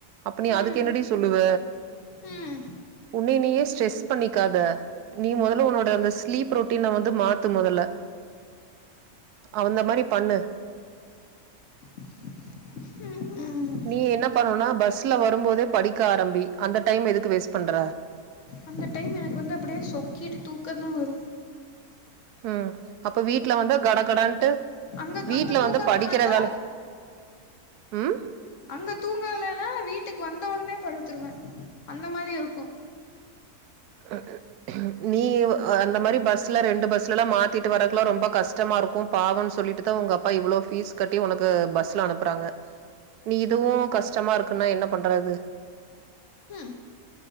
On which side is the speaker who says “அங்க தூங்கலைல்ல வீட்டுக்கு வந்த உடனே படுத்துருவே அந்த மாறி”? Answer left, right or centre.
Left